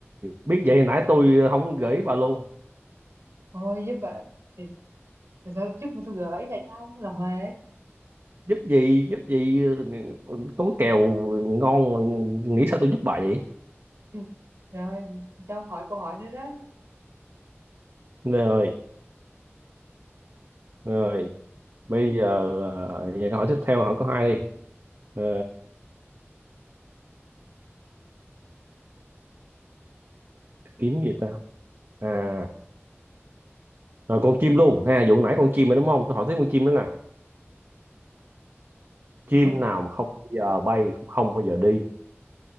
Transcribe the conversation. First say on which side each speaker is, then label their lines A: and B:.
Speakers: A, on the right; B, on the right.
A: biết vậy nãy tôi không gửi bà luôn
B: thôi giúp bà thì, thì thôi giúp tôi gợi ý lại cho ông là Huế
A: giúp gì giúp gì ờ, có kèo ngon mà nghĩ sao tôi giúp bà vậy
B: <laughs> rồi cho ông hỏi câu hỏi nữa đó
A: rồi rồi bây giờ à, vậy câu hỏi tiếp theo hỏi có hai đi Ờ, kiếm gì ta à Rồi con chim luôn ha, vụ nãy con chim rồi đúng không? Tôi hỏi tiếp con chim nữa nè. Chim
B: <laughs> Rồi,
A: nào mà không bao giờ bay cũng không bao giờ đi,